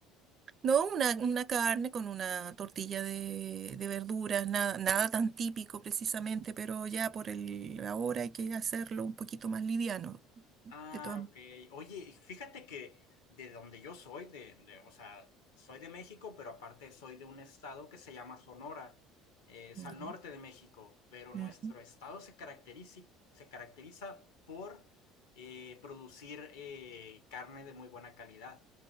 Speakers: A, on the right (about 45°); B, on the left (about 75°).
A: No, una, una carne con una tortilla de, de verduras, nada, nada tan típico precisamente, pero ya por el ahora hay que hacerlo un poquito más liviano.
B: Ah,
A: De todas
B: ok. Oye, y fíjate que de donde yo soy, de, de- o sea, soy de México, pero aparte soy de un estado que se llama Sonora. Eh, es
A: Ya.
B: al norte de México, pero
A: Ujú.
B: nuestro estado se caracteriza, se caracteriza por eh, producir eh, carne de muy buena calidad.